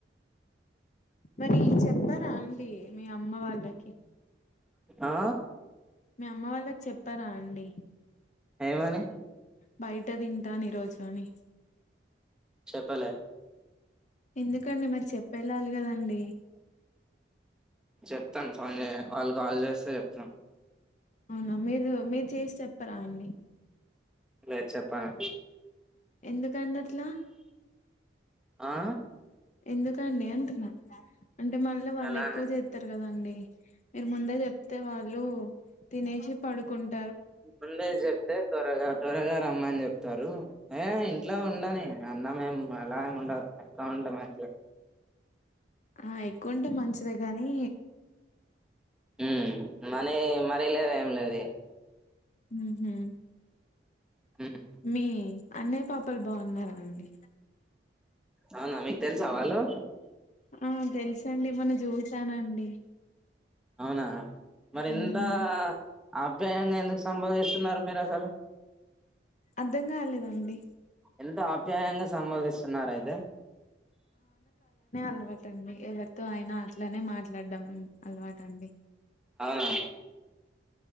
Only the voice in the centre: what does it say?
ఆ
ఏమని
చెప్పలే
చెప్తాను ఫోన్ చే వాళ్ళు కాల్ చేస్తే చెప్తాను
లేదు చెప్పను
ఆ
అలానే
ముందే చెప్తే త్వరగా త్వరగా రమ్మని చెప్ తారు ఏ ఇంట్లో ఉండని అన్నం మేం అలా ఏమి ఉండదు అకౌంట్ మార్జ్
ఉ మనీ మరీ లేదు ఏం లేదు ఇగ
ఉమ్
అవునా మీకు తెలుసా వాళ్ళు
అవునా మరి
ఇంత ఆప్యాయంగా ఎందుకు సంబోధిస్తున్నారు మీరు అసలు
ఎంత ఆప్యాయంగా సంబోధిస్తున్నారు అయితే
అవునా